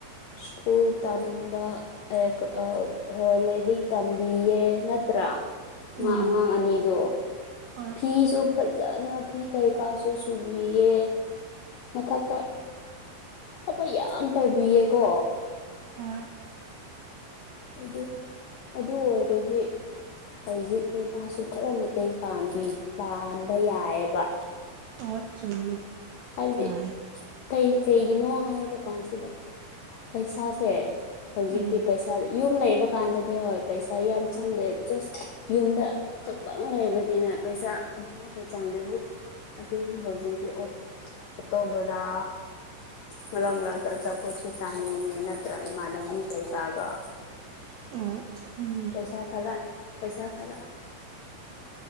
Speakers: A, on the left; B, on the right.
A: ꯏꯁ꯭ꯀꯨꯜ ꯇꯝꯕ ꯑꯦꯀ ꯑꯥ ꯍꯣꯏ ꯂꯥꯏꯔꯤꯛ ꯇꯝꯕꯤꯌꯦ ꯅꯠꯇ꯭ꯔꯥ
B: ꯎꯝ
A: ꯃꯥ ꯑꯉꯥꯡ ꯑꯅꯤꯗꯣ
B: ꯍꯣꯏ
A: ꯐꯤꯁꯨ ꯐꯖꯅ ꯐꯤ ꯀꯩꯀꯥꯁꯨ ꯁꯨꯝ ꯕꯤꯑꯦ ꯃꯊꯛꯇ ꯊꯕꯛ ꯌꯥꯝ ꯇꯧꯕꯤꯌꯦꯀꯣ
B: ꯍꯥ
A: ꯑꯗꯨ ꯑꯗꯨ ꯑꯣꯏꯔꯗꯤ ꯍꯧꯖꯤꯛꯇꯤ ꯃꯥꯁꯨ ꯈꯔ ꯃꯇꯦꯡ ꯄꯥꯝꯕꯤ ꯄꯥꯟꯕ ꯌꯥꯏꯑꯕ
B: ꯍꯣꯏ ꯆꯨꯝꯃꯦ
A: ꯍꯥꯏꯕꯗꯤ
B: ꯌꯥꯏ
A: ꯀꯩ ꯀꯩꯒꯤꯅꯣ ꯍꯥꯏꯕ ꯀꯥꯟꯁꯤꯗ ꯄꯩꯁꯥꯁꯦ ꯍꯧꯖꯤꯛꯇꯤ
B: ꯎꯝ
A: ꯄꯩꯁꯥ ꯌꯨꯝ ꯂꯩꯕ ꯀꯥꯟꯗꯗꯤ ꯍꯣꯏ ꯄꯩꯁꯥ ꯌꯥꯝ ꯆꯪꯗꯦ ꯖꯁ ꯌꯨꯝꯗ ꯈꯛꯇꯪ ꯂꯩꯕꯅꯤꯅ ꯄꯩꯁꯥ ꯑꯗꯨꯕꯨꯗꯤ ꯆꯪꯗꯦꯕꯨ ꯑꯗꯨꯕꯨ ꯍꯧꯖꯤꯛꯇꯤ ꯑꯣꯇ ꯑꯣꯇꯣ ꯕꯔꯥ ꯃꯔꯛ ꯃꯔꯛꯇ ꯑꯆꯥꯄꯣꯠꯁꯨ ꯆꯥꯅꯤꯡꯉꯦ ꯅꯠꯇ꯭ꯔ ꯏꯃꯅꯕꯤ ꯀꯩꯀꯥꯒ
B: ꯍꯣꯏ ꯆꯠꯅꯤꯡꯉꯤ
A: ꯄꯩꯁꯥ ꯈꯔ ꯄꯩꯁꯥ ꯈꯔ